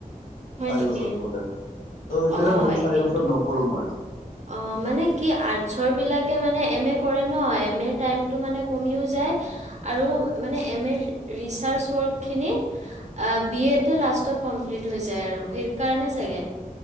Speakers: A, on the right; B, on the left.
A: হয়
B: চাৰি
A: নেকি?
B: বছৰটো বোলে। ত' সেইটোহে
A: অ',
B: ভাবিলো চাৰি
A: এইটো
B: বছৰ নকৰো মই
A: অ মানে কি আৰ্টচৰ বিলাকে মানে এম এ কৰে ন, এম এৰ টাইমটো মানে কমিও যায়। যায় আৰু মানে এ এম ৰ ৰিচাৰ্ছ ৱৰ্ক খিনি, এই বি এ‌তে লাচ তত কমপ্লিট হৈ যায় আৰু, সেইকাৰণে চাগে।